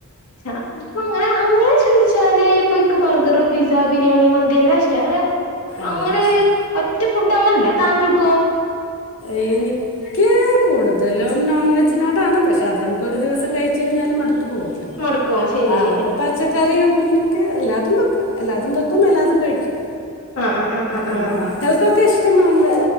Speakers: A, on the left; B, on the left.
A: ഇഷ്ടല്ല. <unintelligible> അങ്ങനെ അങ്ങനെ ചോദിച്ചാ <unintelligible> ഇപ്പൊ ക്ക് ബർഗർ, പിസ്സ, ബിരിയാണി, മന്തി എല്ലാം ഇഷ്ടാ. അങ്ങനെ
B: എല്ലാം
A: അങ്ങനെരു
B: ഇഷ്ടം
A: ഒറ്റ ഫുഡ് അങ്ങനെ ഇല്ല്യ. താങ്കൾക്കോ?
B: ഏയ്. നിക്ക് കൂടുതലും നോൺവെജിനോടാണ്. പക്ഷെ, അത് നമുക്ക് ഒരു ദിവസം കഴിച്ച കഴിഞ്ഞാലും മടു <unintelligible>
A: മടുക്കോ ശരിയാ
B: ആ.
A: ശരിയാ
B: അപ്പൊ പച്ചക്കറിയോ? മീനോ? എല്ലാതും വെക്കും. എല്ലാതും വെക്കും, എല്ലാതും കഴിക്കും.
A: ആ ആ ആ ആ
B: മ-
A: ആ.
B: മക്കൾക്കൊക്കെ ഇഷ്ടം നോൺ വെ